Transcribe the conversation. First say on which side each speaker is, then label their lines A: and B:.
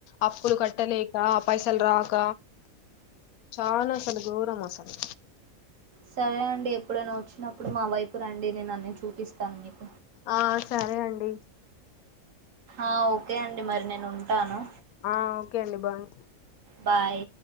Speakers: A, on the left (about 85°); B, on the right (about 65°).
A: అప్పులు కట్టలేక పైసలు రాక చాాల అసలు గోరం అసలు
B: సరే అండి ఎప్పుడైనా వచ్చినప్పుడు మా వైపు రండి నేను అన్నీ చూపిస్తాను మీకు
A: ఆ సరే అండి
B: ఆ ఓకే అండి మరి నేను ఉంటాను
A: ఆ ఓకే అండి బాయ్
B: బాయ్